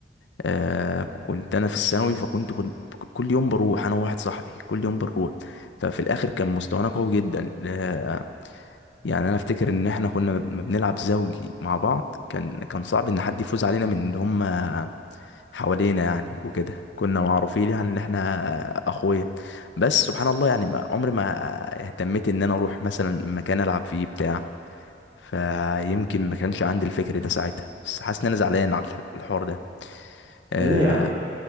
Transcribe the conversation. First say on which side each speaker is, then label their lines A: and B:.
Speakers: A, on the left; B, on the right.
A: آه كنت انا في الثانوي فكنت كنت كل يوم بروح انا وواحد صاحبي كل يوم بنروح ففي الاخر كان مستوانا قوي جدا آه يعني انا افتكر ان احنا كنا ما بنلعب زوجي مع بعض كان كان صعب ان حد يفوز علينا من ان هم حوالينا يعني وكده كنا معروفين يعني ان احنا اخويا بس سبحان الله يعني ما عمري ما اهتميت ان انا اروح مثلا مكان العب فيه بتاع فيمكن ما كانش عندي الفكر ده ساعتها بس حاسس ان انا زعلان على الح- الحوار ده آه
B: ليه يا عم